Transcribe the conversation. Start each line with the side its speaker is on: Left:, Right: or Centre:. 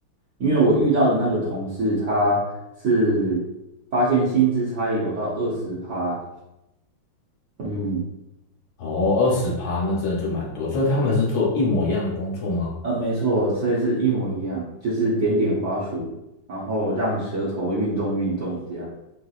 Right: 因为我遇到的那个同事，他是发现薪资差异有到二十趴，嗯，
Left: 哦，二十趴那真的就蛮多，所以他们是做一模一样的工作吗？
Right: 呃，没错，所以是一模一样，就是点点滑鼠，然后让舌头运动运动这样。